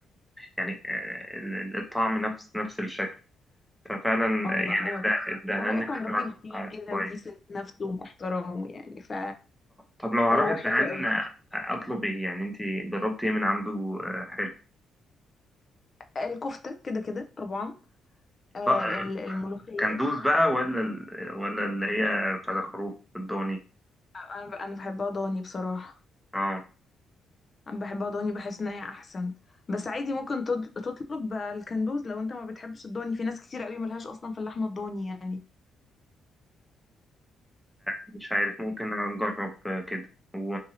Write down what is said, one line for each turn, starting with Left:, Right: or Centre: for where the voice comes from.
Centre: يعني آه، ال- الطعم نفس نفس الشكل ففعلا
Left: اه
Centre: يعني
Left: لا هو
Centre: الد-
Left: تحفة
Centre: الدهان
Left: وهو أصلا
Centre: اختراع
Left: راجل فيه كده
Centre: كويس
Left: وديسنت نفسه ومحترم يعني ف...
Centre: طب لو هروح
Left: فهو
Centre: الدهان
Left: حلو قوي
Centre: اطلب ايه يعني انت جربتي ايه من عنده آه، حلو
Left: الكفتة كده كده طبعا آه،
Centre: طب، آه،
Left: ال- الملوخية
Centre: كندوز بقى ولا ال- ولا اللي هي بتاع الخروف الضاني
Left: انا ب- انا بحبها ضاني بصراحة
Centre: اه
Left: انا بحبها ضاني بحس ان هي احسن بس عادي ممكن تض- تطلب الكندوز لو انت ما بتحبش الضاني في ناس كتير قوي ملهاش اصلا في اللحمة الضاني يعني
Centre: مش عارف ممكن اجرب آه، كده و